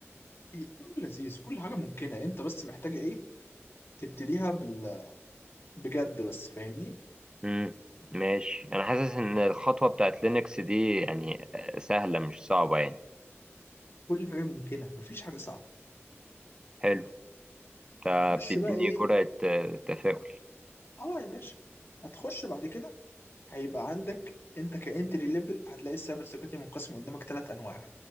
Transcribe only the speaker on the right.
امم ماشي انا حاسس ان الخطوة بتاعت لينكس دي يعني آه، سهلة مش صعبة يعني
حلو انت
بتديني
جرعة آه، تفاؤل